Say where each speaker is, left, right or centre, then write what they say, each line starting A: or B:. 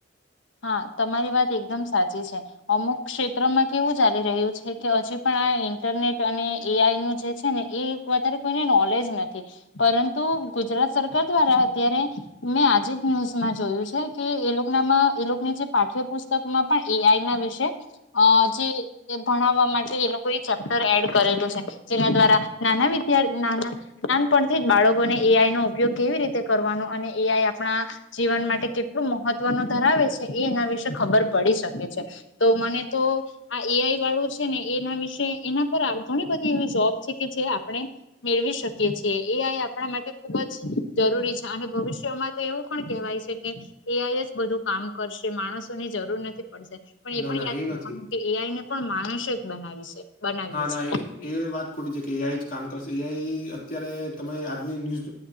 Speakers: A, on the left; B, on the left.
A: હા તમારી વાત એકદમ સાચી છે. અમુક ક્ષેત્રમાં કેવું ચાલી રહ્યું છે કે હજી પણ ઇન્ટરનેટ અને એ આઈ નું જે છે ને એ વધારે કોઈને નોલેજ નથી પરંતુ ગુજરાત સરકાર દ્વારા અત્યારે મેં આજે જ ન્યુઝમાં જોયું છે કે એ લોકો નામાં એ લોકોની જે પાઠ્યપુસ્તકમાં પણ એ આઈ ના વિશે અ જે ભણાવવા માટે ચેપ્ટ એડ કરેલું છે જેના દ્વારા નાના <unintelligible> નાનપણથી બાળકોને એ આઈ નો ઉપયોગ કેવી રીતે કરવાનો અને એ આઈ આપણા જીવન માટે કેટલું મહત્વનું ધરાવે છે એ એના વિશે ખબર પડી શકે છે તો મને તો આ એ આઈ વાળું છે ને એના વિશે એના પર ઘણી બધી એવી જોબ છે કે જે આપણે મેળવી શકીએ છીએ એ આ આપણા માટે ખુબ જ જરૂરી છે અને ભવિષ્યમાં તો એવું પણ કેહેવાય છે કે એ આઈ જ બધું કામ કરશે માણસો ની જરૂર નથી પડશે પણ એ
B: ના
A: પણ
B: ના
A: યાદ રાખવાનું
B: નથી
A: કે એ આઈને પણ માણસે જ બનાવી છે બનાવ્યું
B: હા ના
A: છે.
B: એ વાત ખોટી છે કે જે કામ કરશે એ આઈ અત્યારે તમે આજની ન્યૂઝ